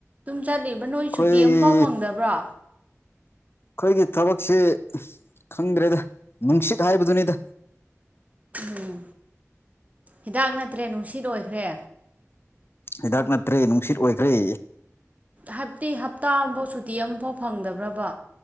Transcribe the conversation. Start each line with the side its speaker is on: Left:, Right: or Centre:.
Right: ꯆꯠꯂꯤꯕ꯭ꯔꯥ ꯅꯣꯏ
Left: ꯑꯩꯈꯣꯏꯒꯤ
Right: ꯁꯨꯇꯤ ꯑꯃꯝꯐꯥꯎ ꯐꯪꯗꯕ꯭ꯔꯥ
Left: ꯑꯩꯈꯣꯏꯒꯤ ꯊꯕꯛꯁꯤ ꯈꯪꯗ꯭ꯔꯦꯗ ꯅꯨꯡꯁꯤꯠ ꯍꯥꯏꯕꯗꯨꯅꯤꯗ
Right: ꯎꯝ ꯍꯤꯗꯥꯛ ꯅꯠꯇ꯭ꯔꯦ ꯅꯨꯡꯁꯤꯠ ꯑꯣꯏꯈ꯭ꯔꯦ
Left: ꯍꯤꯗꯥꯛ ꯅꯠꯇ꯭ꯔꯦ ꯅꯨꯡꯁꯤꯠ ꯑꯣꯏꯈ꯭ꯔꯦ
Right: ꯍꯥꯏꯕꯗꯤꯤ ꯍꯞꯇꯥ ꯑꯃꯐꯥꯎ ꯁꯨꯇꯤ ꯑꯃꯐꯥꯎ ꯐꯪꯗꯕ꯭ꯔꯕ